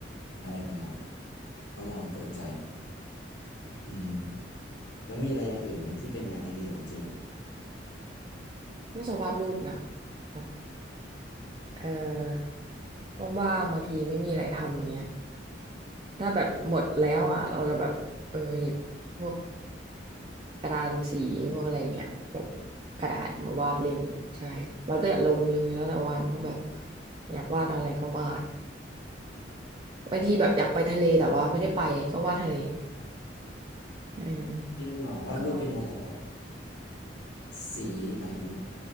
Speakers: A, on the left; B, on the right.
A: อะไรประมาณนี้ต้องลองเปิดใจอืมแล้วมีอะไรอย่างอื่นไหมที่เป็นงานอดิเรกของเจนอะ
B: ไม่ชอบวาดรูปนะแบบเออว่างๆบางทีไม่มีอะไรทำอย่างเงี้ยถ้าแบบหมดแล้วอ่ะเราจะแบบเออหยิบพวกกระดานสีพวกอะไรอย่างเงี้ยแบบกระดาษมาวาดเล่นใช่แล้วแต่ลมณ์เลยแล้วแต่วันต้องแบบอยากวาดอะไรก็วาดบางทีแบบอยากไปทะเลแต่ว่าไม่ได้ไปก็วาดทะเลเออ
A: จริงเหรอวาดรูปเป็นอะไรอ่ะ
B: ก็
A: สีหมายถึง